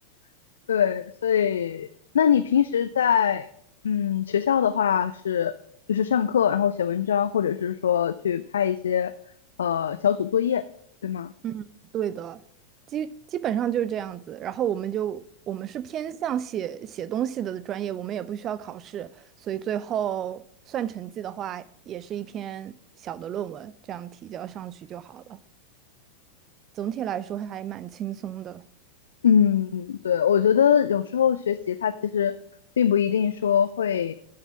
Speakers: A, on the left (about 65°); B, on the right (about 30°).
A: <laughs> 对，所以那你平时在嗯学校的话是就是上课，然后写文章，或者是说去拍一些呃小组作业，对吗？
B: 嗯，对的，基基本上就是这样子。然后我们就我们是偏向写写东西的专业，我们也不需要考试，所以最后算成绩的话，也是一篇小的论文，这样提交上去就好了。总体来说还蛮轻松的，
A: 嗯，对，我觉得有时候学习它其实并不一定说会，